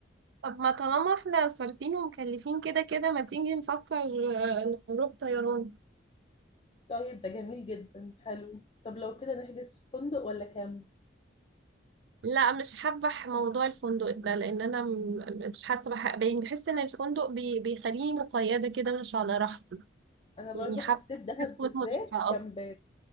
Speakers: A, on the right (about 65°); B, on the left (about 30°).
A: طب ما طالما احنا صارفين ومكلفين كده كده ما تيجي نفكر آه، نروح طيران
B: طيب ده جميل جدا حلو طب لو كده نحجز في فندق ولا كامب
A: لا مش حابة ح- موضوع الفندق ده لان انا م- مش حاسة بح- يعني بحس ان الفندق بي بيخليني مقيدة كده مش على راحتي
B: انا برضو
A: يعني حابة
B: حسيت دهب
A: تكون
B: بالذات
A: مريحة
B: كامبات
A: اكتر